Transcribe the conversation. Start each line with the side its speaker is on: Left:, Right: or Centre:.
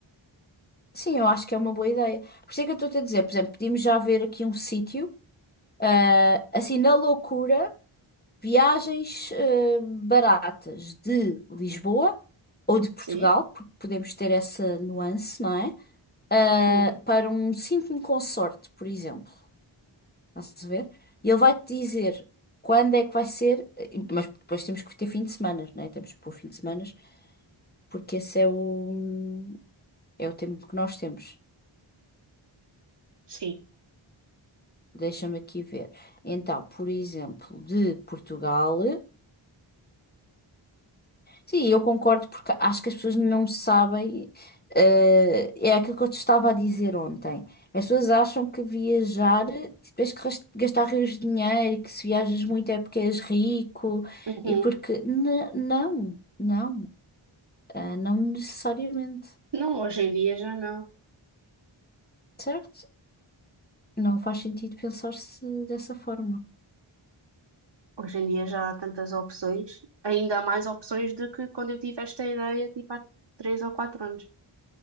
Left: sim, eu acho que é uma boa ideia. Por isso é que eu estou-te a dizer, por exemplo, podíamos já ver aqui um sítio, ah, assim, na loucura, viagens, ah, baratas de Lisboa ou de Portugal,
Right: Sim?
Left: porque podemos ter essa nuance, não é? Ah,
Right: Uhum,
Left: para um sítio consorte, por exemplo. Estás a ver? E ele vai-te dizer quando é que vai ser, eh, mas depois temos que ter fim de semana, né? Temos que pôr fim de semana, porque esse é o, é o tempo que nós temos.
Right: sim.
Left: Deixa-me aqui ver. Então, por exemplo, de Portugal. Sim, eu concordo porque acho que as pessoas não sabem. eh, é aquilo que eu te estava a dizer ontem. As pessoas acham que viajar, tipo, tens que ras- gastar rios de dinheiro, que se viajas muito é porque és rico
Right: Uhum.
Left: e porque. N- não, não, Ah, não necessariamente,
Right: Não, hoje em dia já não.
Left: certo? Não faz sentido pensar-se dessa forma.
Right: Hoje em dia já há tantas opções, ainda há mais opções do que quando eu tive esta ideia, tipo há três ou quatro anos.